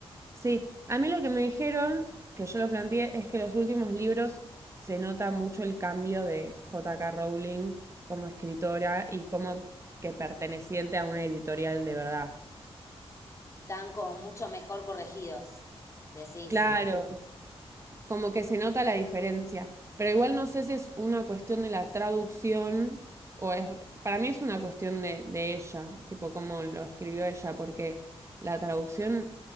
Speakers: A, on the right; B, on the left.
A: Sí, a mí lo que me dijeron, que yo lo planteé, es que los últimos libros se nota mucho el cambio de J.K. Rowling como escritora y como que perteneciente a una editorial de verdad.
B: Están como mucho mejor corregidos, decís.
A: Claro, como que se nota la diferencia. Pero igual no sé si es una cuestión de la traducción o es... Para mí es una cuestión de, de ella, tipo cómo lo escribió ella, porque la traducción